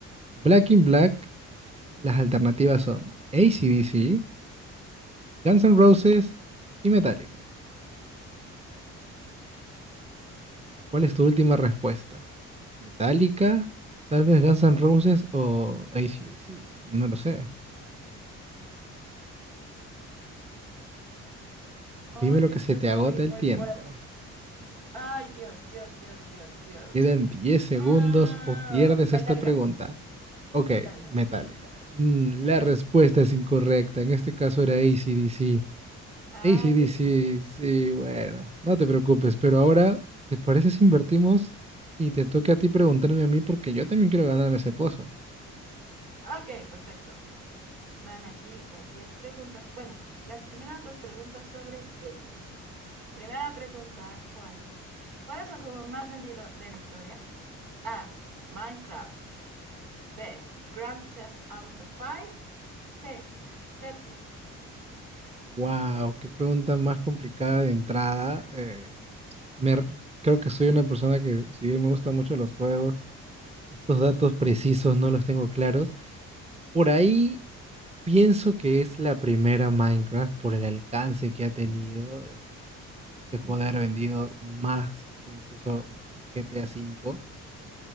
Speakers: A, on the right; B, on the right.
A: Black in Black, las alternativas son AC/DC, Guns N' Roses y Metallica. ¿Cuál es tu última respuesta? ¿Metallica? ¿Tal vez Guns N' Roses o AC/DC? No lo sé. Dime
B: Ay,
A: lo que
B: esto
A: se
B: es
A: te
B: muy,
A: agota
B: muy
A: el tiempo.
B: fuerte. Ay, Dios, Dios, Dios, Dios, Dios.
A: Te quedan 10 segundos
B: Ah,
A: o pierdes
B: Metallica,
A: esta pregunta. Ok,
B: Metallica.
A: Metallica. Mm, la respuesta es incorrecta. En este caso era AC/DC.
B: Ay,
A: AC/DC,
B: qué triste.
A: sí, bueno, no te preocupes, pero ahora, ¿te parece si invertimos y te toca a ti preguntarme a mí porque yo también quiero ganarme ese pozo?
B: Ok, perfecto. Van aquí las 10 preguntas. Bueno, las primeras dos preguntas sobre gaming. Primera pregunta, Juan. ¿Cuál es el juego más vendido de la historia? A. Minecraft. B. Grand Theft Auto 5. C. Tetris.
A: Wow, qué pregunta más complicada de entrada. Eh, me r- creo que soy una persona que, si bien me gustan mucho los juegos, estos datos precisos no los tengo claros. Por ahí pienso que es la primera Minecraft por el alcance que ha tenido. eh, Este juego de haber vendido más que incluso el GTA V.